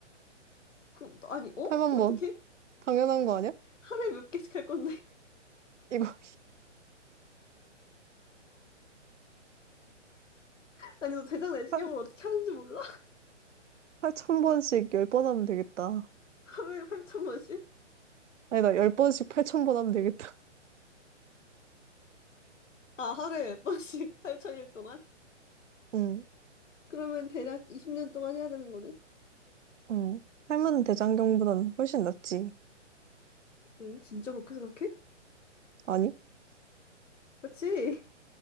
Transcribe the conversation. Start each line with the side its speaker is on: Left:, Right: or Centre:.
Left: 그, 럼 아니, 어?
Right: 8만
Left: 어떻게?
Right: 번. 당연한 거 아니야?
Left: 하루에 몇 개씩 할 건데?
Right: 이거
Left: <laughs> 아니, 너 대장 내시경을
Right: <laughs>
Left: 어떻게 하는지 몰라? <laughs>
Right: 8천 번씩 10번 하면 되겠다.
Left: 하루에 8천 번씩?
Right: 아니다, 10번씩 8천 번 하면 되겠다. <laughs>
Left: 아, 하루에 몇 번씩? <laughs> 8천일 동안?
Right: 응,
Left: 그러면 대략 20년 동안 해야 되는 거네?
Right: 응. 8만 대장경보다는 훨씬 낫지.
Left: 응, 진짜 그렇게 생각해?
Right: 아니?
Left: 맞지?